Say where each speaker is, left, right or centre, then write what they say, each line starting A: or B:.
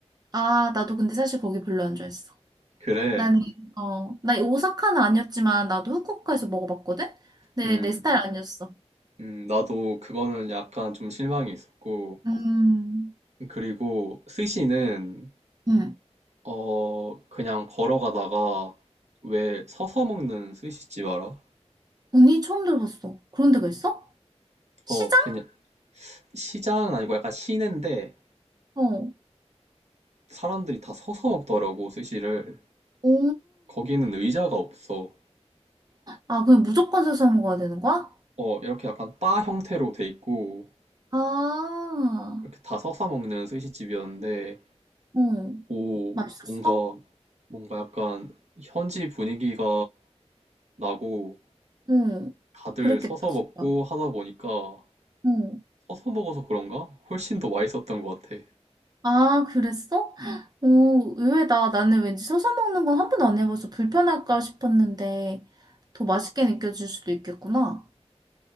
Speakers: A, on the right (about 35°); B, on the right (about 75°).
A: 아, 나도 근데 사실 거기 별로 안 좋아했어.
B: 그래,
A: 나는, 어, 나 오사카는 아니었지만 나도 후쿠오카에서 먹어봤거든? 근데
B: 음.
A: 내 스타일 아니었어.
B: 음, 나도 그거는 약간 좀 실망이 있었고,
A: 음,
B: 그리고 스시는,
A: 응.
B: 어, 그냥 걸어가다가, 왜 서서 먹는 스시집 알아?
A: 언니 처음 들어봤어. 그런 데가 있어? 시장?
B: 어, 그냥, 시장은 아니고 약간 시내인데,
A: 어.
B: 사람들이 다 서서 먹더라고, 스시를.
A: 오.
B: 거기는 의자가 없어.
A: 아, 그냥 무조건 사서 먹어야 되는 거야?
B: 어, 이렇게 약간 바 형태로 돼 있고,
A: 아,
B: 이렇게 다 서서 먹는 스시집이었는데,
A: 어.
B: 오,
A: 맛있었어?
B: 뭔가, 뭔가 약간 현지 분위기가 나고,
A: 응.
B: 다들
A: 그랬겠다,
B: 서서
A: 진짜.
B: 먹고 하다 보니까
A: 응.
B: 서서 먹어서 그런가? 훨씬 더 맛있었던 것 같아.
A: 아, 그랬어? 오, 의외다. 나는 왠지 서서 먹는 건 한 번도 안 해봐서 불편할까 싶었는데, 더 맛있게 느껴질 수도 있겠구나.